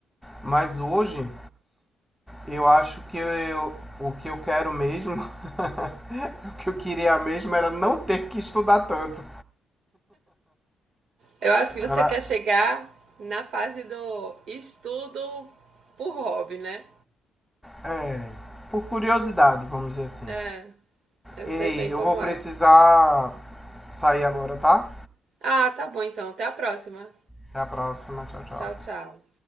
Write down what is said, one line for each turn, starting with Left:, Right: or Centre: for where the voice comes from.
Centre: Mas hoje eu acho que eu, o que eu quero mesmo, <laughs> o que eu queria mesmo era não ter que estudar tanto.
Right: Eu acho que você
Centre: Era
Right: quer chegar na fase do estudo por hobby, né?
Centre: é, por curiosidade, vamos dizer assim.
Right: é Eu
Centre: Ei,
Right: sei bem
Centre: eu
Right: como
Centre: vou precisar
Right: é.
Centre: sair agora, tá?
Right: Ah, tá bom então. Até a próxima.
Centre: Até a próxima, tchau, tchau.
Right: Tchau, tchau.